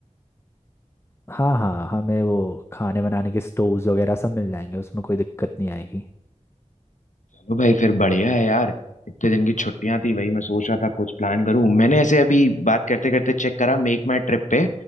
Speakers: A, on the left; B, on the left.
A: हाँ हाँ हमें वो खाने बनाने के स्टोव्स वगैरह सब मिल जाएंगे उसमें कोई दिक्कत नहीं आएगी
B: चलो भाई फिर बढ़िया है यार इतने दिन की छुट्टियां थी वही मैं सोच रहा था कुछ प्लान करूं मैंने ऐसे अभी बात करते करते चेक करा मेक माई ट्रिप पे